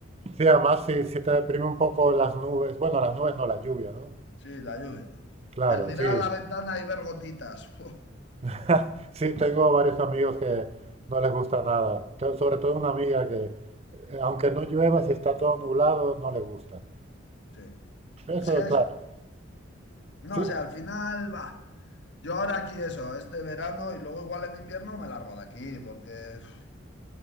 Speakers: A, on the right (about 30°); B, on the left (about 60°).
A: sí, además si si te deprime un poco las nubes, bueno, las nubes no, la lluvia, ¿no?
B: sí, la lluvia.
A: Claro,
B: El mirar
A: sí.
B: a la ventana y ver gotitas. <laughs> Uf,
A: <laughs> Sí, tengo varios amigos que no les gusta nada. Tengo sobre todo una amiga que, eh, aunque no llueva, si está todo nublado, no le gusta.
B: Sí.
A: Eso,
B: Es que
A: claro.
B: es, no,
A: Sí,
B: o sea, al final, va, yo ahora aquí eso, este verano y luego igual en invierno me largo de aquí, porque uf,